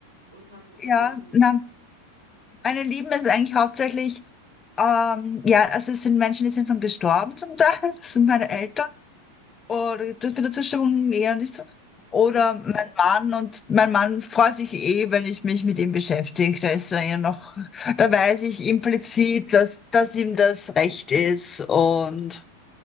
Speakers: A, on the right; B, on the left.
A: und kannst es
B: ja,
A: jetzt machen.
B: na, meine Lieben ist eigentlich hauptsächlich, ähm, ja, also es sind Menschen, die sind schon gestorben zum Teil. <laughs> Das sind meine
A: Okay,
B: Eltern. Oder das mit der Zustimmung eher nicht so. Oder
A: ja,
B: mein Mann und mein Mann freut sich eh, wenn ich mich mit ihm beschäftige. Da ist er ja noch, da weiß ich implizit, dass, dass ihm das recht ist. Und